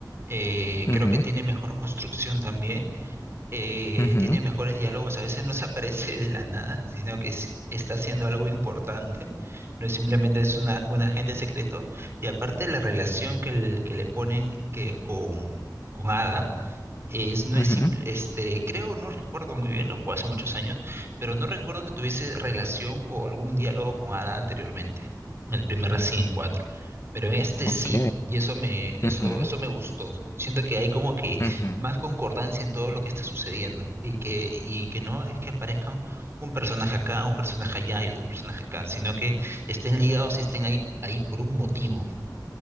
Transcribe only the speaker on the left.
Ujú,
ujú,
ujú.
Ok.
Ujú,
ujú,